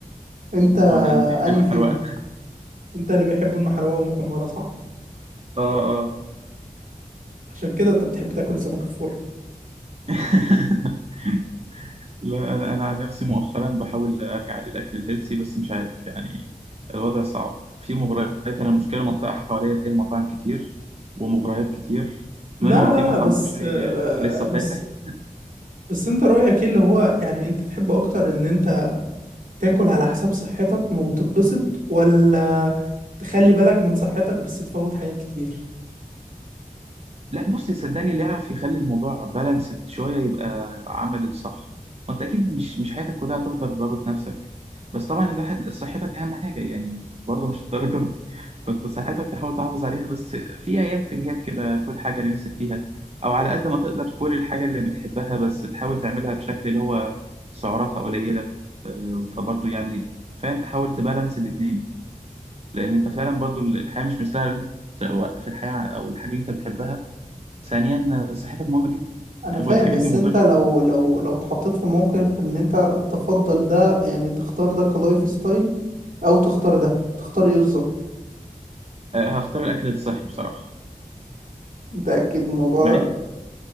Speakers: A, on the right; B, on the right.
A: انت
B: وانا بحب
A: انهي
B: المحروقه
A: فيهم انت اللي بيحبوا المحروقة والمحمرة صح
B: <laughs> اه
A: عشان كده انت بتحب تاكل السمك في الفرن
B: <laughs> لا انا انا عن نفسي مؤخرا بحاول ارجع للاكل الهيلثي بس مش عارف يعني الوضع صعب في مغريات انا المشكله المنطقه حواليا فيها مطاعم كتير ومغريات كتير
A: لا
B: منهم في
A: لا
B: مطعم
A: بس
B: كشري
A: آه،
B: لسه
A: بس
B: فاتح
A: بس انت رأيك ايه اللي هو يعني انت تحب اكتر ان انت تاكل على حساب صحتك وتتبسط ولا تخلي بالك من صحتك بس تفوت حاجات كتير
B: لا بص صدقني اللي يعرف يخلي الموضوع بالانسد شويه يبقى عمل الصح وانت اكيد مش مش حياتك كلها هتفضل رابط نفسك بس طبعا الواحد صحتك اهم حاجه يعني برضه مش الدرجه دي <laughs> فانت صحتك تحاول تحافظ عليها بس في ايام فريهات كده كل حاجه اللي نفسك فيها او على قد ما تقدر كل الحاجه اللي بتحبها بس تحاول تعملها بشكل اللي هو سعراتها قليله آه، فبرضه يعني فاهم تحاول تبالانس الاتنين لان انت فعلا برضه الحياه مش مستاهله إن انت توقف الحياه او الحاجه اللي انت بتحبها ثانيا آه، صحتك مهمة جدا
A: انا
B: هو
A: فاهم
B: الحاجات
A: بس
B: دي مضرة
A: انت لو لو لو اتحطيت في موقف ان انت تفضل ده يعني تختار ده كلايف ستايل او تختار ده تختار ايه بالظبط
B: آه، هختار الأكل الصحي بصراحة
A: متأكد من الموضوع
B: مع
A: ده
B: إني